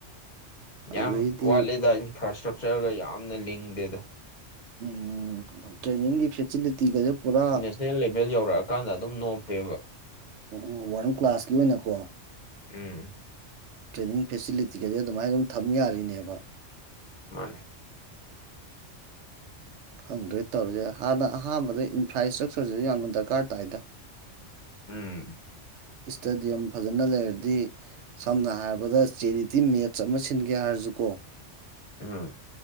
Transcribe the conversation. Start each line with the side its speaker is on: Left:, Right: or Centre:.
Right: ꯑꯗꯨꯗꯩꯗꯤ
Left: ꯌꯥꯝ ꯋꯥꯠꯂꯤꯦꯗ ꯏꯟꯐ꯭ꯔꯥ ꯏꯁꯇ꯭ꯔꯛꯆꯔꯒ ꯌꯥꯝꯅ ꯂꯤꯡꯗꯦꯗ
Right: ꯎꯝ ꯇ꯭ꯔꯦꯅꯤꯡꯒꯤ ꯐꯦꯁꯤꯂꯤꯇꯤꯒꯁꯦ ꯄꯨꯔꯥ
Left: ꯅꯦꯁꯅꯦꯜ ꯂꯦꯚꯦꯜ ꯌꯧꯔꯛꯑꯀꯥꯟꯗ ꯑꯗꯨꯝ ꯅꯣꯞꯄꯦꯕ
Right: ꯎꯝ ꯋꯥꯔꯜ ꯀ꯭ꯂꯥꯁꯀꯤ ꯑꯣꯏꯅꯀꯣ
Left: ꯎꯝ
Right: ꯇ꯭ꯔꯦꯅꯤꯡ ꯐꯦꯁꯤꯂꯤꯇꯤꯒꯗꯤ ꯑꯗꯨꯃꯥꯏꯅ ꯑꯗꯨꯝ ꯊꯝ ꯌꯥꯔꯤꯅꯦꯕ
Left: ꯃꯥꯅꯦ
Right: ꯈꯪꯗ꯭ꯔꯣꯏ ꯇꯧꯔꯤꯁꯦ ꯍꯥꯟꯅ ꯑꯍꯥꯟꯕꯗ ꯏꯟꯐ꯭ꯔꯥꯏ꯭ꯇ꯭ꯔꯛꯆꯔꯁꯤꯁꯨ ꯌꯥꯝꯅ ꯗꯔꯀꯥꯔ ꯇꯥꯏꯗ
Left: ꯎꯝ
Right: ꯏꯁꯇꯦꯗꯤꯌꯝ ꯐꯖꯅ ꯂꯩꯔꯗꯤ ꯁꯝꯅ ꯍꯥꯏꯔꯕꯗ ꯆꯦꯔꯤꯇꯤ ꯃꯦꯠꯆ ꯑꯃ ꯁꯤꯟꯒꯦ ꯍꯥꯏꯔꯁꯨꯀꯣ
Left: ꯎꯝ